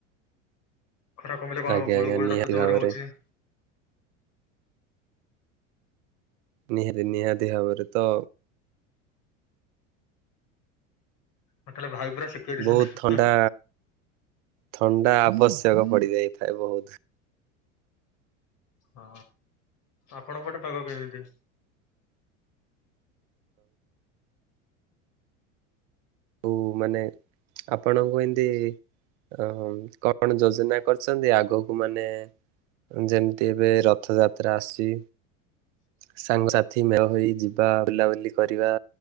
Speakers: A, on the left; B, on the right.
A: ଖରା କମିଲେ କଣ
B: ଆଜ୍ଞା
A: ହବ ଗୁଳୁଗୋଳି
B: ଆଜ୍ଞା ନିହାତି
A: ଟା ତ ଜୋର
B: ଭାବରେ
A: ରେ ହଉଛି।
B: ନିହାତି। ନିହାତି ଭାବରେ। ତ
A: ତାହେଲେ ଭାଇ ପୁରା <inaudible> ଦେଇଚନ୍ତି।
B: ବହୁତ ଥଣ୍ଡା ଥଣ୍ଡା ଆବଶ୍ୟକ ପଡିଯାଇଥାଏ ବୋହୁତ।
A: ହଁ ଆପଣଙ୍କ ପଟେ ପାଗ କେମିତି?
B: ଆଉ ମାନେ ଆପଣଙ୍କୁ ଏମତି ଓହୋ। କଣ ଯୋଜନା କରିଛନ୍ତି ଆଗକୁ ମାନେ ଯେମିତି ଏବେ ରଥଯାତ୍ରା ଆସୁଛି।
A: <inaudible>
B: ସାଙ୍ଗସାଥି ମେଳ ହୋଇ ଯିବା ବୁଲାବୁଲି କରିବା।